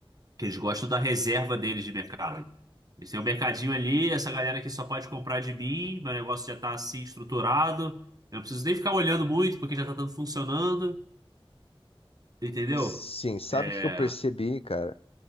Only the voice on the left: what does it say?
Sim, sabe
o que que eu percebi, cara?